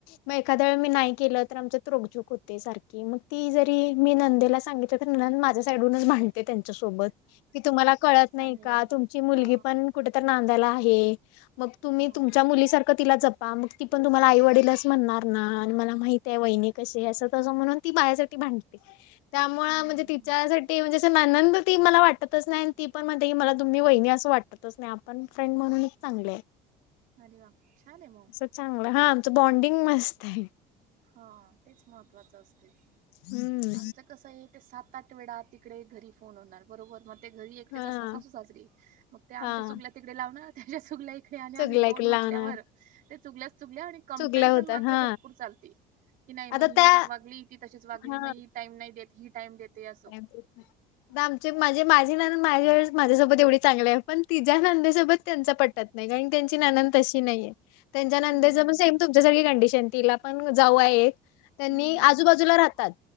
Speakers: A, on the left (about 85°); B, on the right (about 55°).
A: मग एखाद वेळ मी नाही केलं तर आमच्या नोकझूक होते सारखी मग ती जरी मी नंदेला सांगित माझ्या साईडनच भांडत्या त्यांच्यासोबत की तुम्हा कडत
B: चांगलंय
A: नाही का तुमची मुलगी
B: हा
A: पण कु नांदाला आहे, मग तुम्ही
B: हा हा हम्म
A: मुलीसारखं तिला जपा मग ती पण तुम्हाला आईवडीलच म्हणणार ना आणि मला माहिती आहे वहिनी कशी असं तसं म्हणून. ती बायासाठी भांडते त्यामुळ
B: हम्म
A: म्हणजे ती
B: हम्म
A: त्यासाठी म्हणजे जसे नानंद ती मला वाटतच नाही आणि ती पण म्हणते की मला तुम्ही वहिनी असं वाटतच नाही आपण. फ्रेड म्हणूनच चांगले.
B: अरे वा. छान आहे मग
A: असं चांगलं, हा आमचं बॉन्डिंग मस्त आहे.
B: हा तेच महत्वाचं असते.
A: हम्म.
B: आमचं कसं आहे ते सात-आठ वेळा तिकडे घरी फोन होणार बरोबर मग ते घरी एकटेच
A: हा.
B: असतात साज रे मग ते आमच्या
A: हा
B: चूगला तिकडे लावणार त्याच्या चूगला हे आणि
A: चुगला
B: आम्ही
A: इकडे
B: दोन
A: लावणार
B: म्हटल्यावर ते चुकल्याच चुकल्या आणि कंपेरिझन
A: चुगला होता
B: मात्र
A: हा
B: भरपूर चालते. की नाही मग
A: आता
B: ही
A: त्या
B: अशीच वागली, ती तशीच वागली
A: हा
B: मग ही टाईम नाही देते, ही टाईम देते असं.
A: <inaudible> आमचे म्हणजे माझे ना माझ्या माझ्यासोबत एवढी चांगले आहे पण तिझ्या नांदीसोबत त्यांचा पटतात. नाही कारण त्यांची नानंद तशी नाहीये. त्यांच्या नंदेचा
B: हम्म हम्म
A: पण सेम तुमच्यासारखी कंडिशन तिला पण जाऊ आहेत. त्यांनी
B: हम्म हम्म
A: आजूबाजूला राहतात,